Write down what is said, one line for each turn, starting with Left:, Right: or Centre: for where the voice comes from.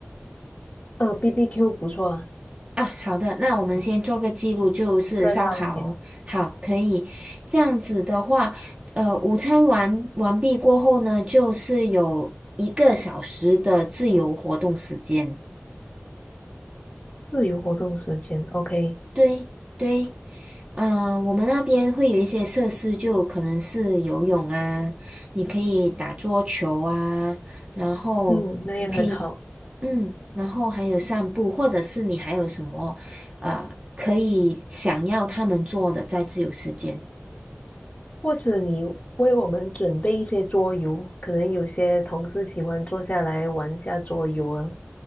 Left: 呃，BBQ 不错啊，
Right: 啊，好的，那我们先做个记录，
Left: 嗯，
Right: 就是烧烤哦。
Left: 热闹一点，
Right: 好，可以。这样子的话，呃，午餐完完毕过后呢，就是有一个小时的自由活动时间。
Left: 自由活动时间，OK，
Right: 对对，呃，我们那边会有一些设施，就可能是游泳啊，你可以打桌球啊，然后。
Left: 嗯，那样很好。
Right: 你可以。嗯，然后还有散步，或者是你还有什么呃可以想要他们做的在自由时间？
Left: 或者你为我们准备一些桌游，可能有些同事喜欢坐下来玩一下桌游啊，